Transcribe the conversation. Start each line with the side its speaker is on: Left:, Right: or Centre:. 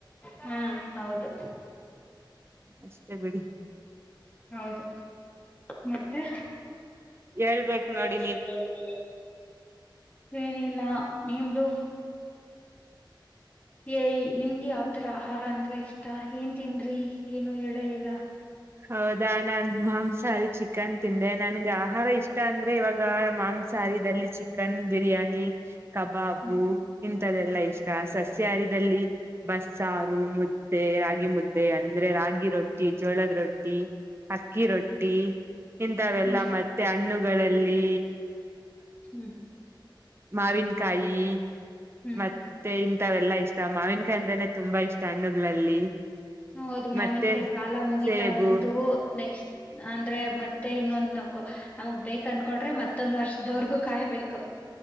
Left: ಹಾ ಹೌದು
Right: ಅಷ್ಟೇ ಬಿಡಿ
Left: ಹೌದು ಮತ್ತೆ
Right: ಹೇಳ್ಬೇಕು
Left: ಹೇಳಬೇಕು
Right: ನೋಡಿ
Left: ಇವಾಗ ನೀವೇ ಏನಿಲ್ಲ ನಿಮ್ದು
Right: ಹ
Left: ಏಯ ನಿಮ್ಗೆ ಯಾವ್ತರ ಆಹಾರ ಅಂದ್ರೆ ಇಷ್ಟ ಏನ್ ತಿಂದ್ರಿ ಏನು ಹೇಳ ಇಲ್ಲ
Right: ಹೌದಾ ನಾನ್ ಮಾಂಸಾಹಾರಿ ಚಿಕನ್ ತಿಂದೆ ನನ್ಗೆ ಆಹಾರ ಇಷ್ಟ ಅಂದ್ರೆ ಇವಾಗ ಮಾಂಸ ಒ ಸಾರಿಲ್ಲಿ ಚಿಕನ್ ಬಿರಿಯಾನಿ ಕಬಾಬು
Left: ಹ್ಮ್
Right: ದೆಲ್ಲ ಇಷ್ಟ ಸಸ್ಯಹಾರಿದದಲ್ಲಿ ಬಸ್ಸಾರು ಮುದ್ದೆ ರಾಗಿ ಮುದ್ದೆ ಅಂದ್ರೆ ರಾಗಿ ರೊಟ್ಟಿ ಜೋಳದ ರೊಟ್ಟಿ ಅಕ್ಕಿ ರೊಟ್ಟಿ
Left: ಹ್ಮ್
Right: ಇಂತವೆಲ್ಲ
Left: ಹ್ಮ್
Right: ಮತ್ತೆ ಹಣ್ಣು ಗಳಲ್ಲಿ
Left: ಹ್ಮ್
Right: ಮಾವಿನಕಾಯಿ
Left: ಹ್ಮ್
Right: ಮತ್ತೆ ಇಂಂತವೆಲ್ಲಾ ಇ ಇಷ್ಟ ಮಾವಿನಕಾಯಿ ಅಂದ್ರನೆ ತುಂಬಾ ಇಷ್ಟ ಹಣ್ಣುಗಳಲ್ಲಿ
Left: ಹೌದು ಮಾವಿನ
Right: ಮತ್ತೆ
Left: ಕಾಯಿ ಕಾಲ ಮುಗೀತಾ
Right: ಸೇಬು
Left: ಬಂತು ನೆಕ್ಸ್ಟ್ ಅಂದ್ರೆ ಮತ್ತೆ ಇನ್ನೊಂದ್ ನಕು ನಮಗ್ ಬೇಕಕ್ ಅನ್ಕೊಂಡ್ರೆ ಮತ್ತೊಂದ್ ವರ್ಷದವರ್ಗೂ ಕಾಯ್ಬೇಕು